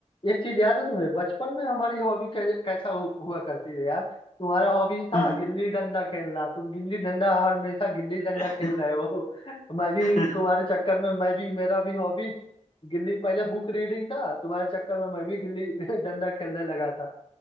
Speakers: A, on the left; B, on the left.
A: एक चीज याद है तुम्हें बचपन में हमारी हॉबी कैसा हु, हुआ करती है यार तुम्हारा हॉबी था
B: हम्म,
A: गिल्ली डंडा खेलना तुम गिल्ली डंडा हमेशा गिल्ली डंडा
B: हम्म।
A: खेल रहे हो <laughs> मैं भी
B: हाँ, <laughs>
A: तुम्हारे चक्कर में मैं भी मेरा भी हॉबी गिल्ली पहले बुक रीडिंग था तुम्हारे चक्कर में मैं भी गिल्ली <laughs> डंडा खेलने लगा था